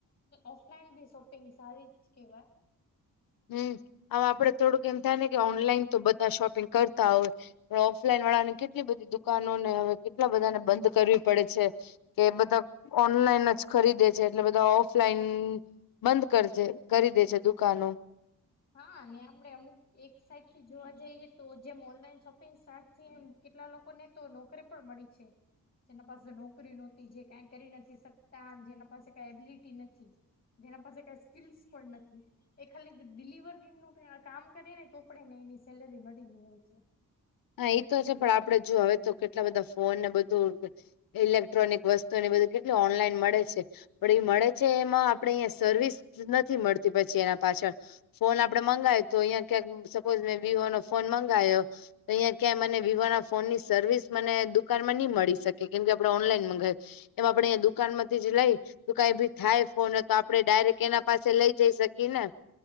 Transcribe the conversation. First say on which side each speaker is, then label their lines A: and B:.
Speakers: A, on the left (about 30°); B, on the left (about 75°).
A: ઓફલાઈન બી શોપિંગ સારી કેવાય
B: હમ્મ હવે આપડે થોડુંક એમ થાય ને કે ઓનલાઈન તો બધા શોપિંગ કરતા હોય. પણ ઓફલાઈન વાળાની કેટલી બધી દુકાનો ને હવે એટલા બધાને બંધ કરવી પડે છે કે બધા ઓનલાઈન જ ખરીદે એટલે બધા ઓફલાઈન બંધ કરજે કરી દે છે દુકાનો.
A: હા આપડે અમુક એક સાઈડ થી જોવા જઈએ તો જેમ ઓનલાઈન શોપિંગ સ્ટાર્ટ છે એમ કેટલા લોકોને તો નોકરી પણ મળી છે. જેના પાસે નોકરી નહોતી જે કાઈ કરી નથી શકતા જેના પાસે કઈ એબિલિટી નથી. જેના પાસે કઈ સ્કીલ્સ પણ નથી. એ ખાલી ડિલિવરી નું કામ કરે ને તો પણ એને એની સેલરી મળી જ છે.
B: હા એ તો છે, પણ આપડે જો હવે તો કેટલા બધા ફોન ને બધું ઇલેક્ટ્રોનિક વસ્તુઓને બધું કેટલી ઓનલાઈન મળે છે. પણ એ મળે છે, એમાં આપણેે અહીંયા સર્વિસ નથી મળતી પછી એના પાછળ ફોન આપડે મંગાવે તો અહીંયા ક્યાંક સપોઝ મેં વિવો નો ફોન મંગાયો તો અહીં ક્યાં મને વિવો ના ફોન ની સર્વિસ મને દુકાનમાં નહી મળી શકે કેમ કે આપડે ઓનલાઈન મગાવ એમ આપડે દુ દુકાનમાંથી જો લઈ તો કઈ ભી થાય ફોન તો આપડે ડાયરેક્ટ એના પાસે લઈ જઈ શકીએ ને.